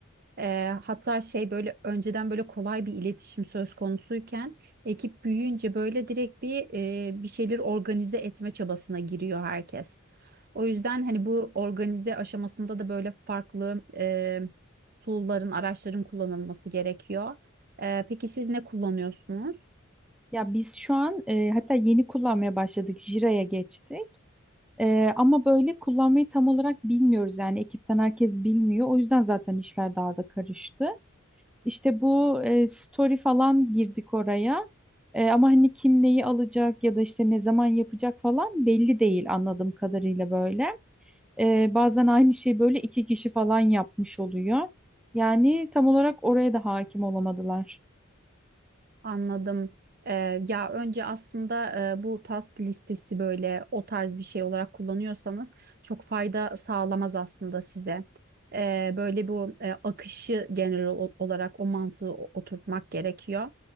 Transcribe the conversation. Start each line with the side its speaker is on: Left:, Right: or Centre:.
Right: E, hatta şey böyle önceden böyle kolay bir iletişim söz konusuyken ekip büyüyünce böyle direkt bir e, bir şeyleri organize etme çabasına giriyor herkes. O yüzden hani bu organize aşamasında da böyle farklı e, tool'ların, araçların kullanılması gerekiyor. E, peki siz ne kullanıyorsunuz?
Centre: Ya biz şu an e, hatta yeni kullanmaya başladık Jira'ya geçtik. Ee, ama böyle kullanmayı tam olarak bilmiyoruz yani ekipten herkes bilmiyor. O yüzden zaten işler daha da karıştı. İşte bu e, story falan girdik oraya. E, ama hani kim neyi alacak ya da işte ne zaman yapacak falan belli değil anladığım kadarıyla böyle. E, bazen aynı şeyi böyle iki kişi falan yapmış oluyor. Yani tam olarak oraya da hakim olamadılar.
Right: Anladım. E, ya önce aslında e, bu task listesi böyle o tarz bir şey olarak kullanıyorsanız çok fayda sağlamaz aslında size. E, böyle bu e, akışı genel ol- olarak o mantığı o- oturtmak gerekiyor.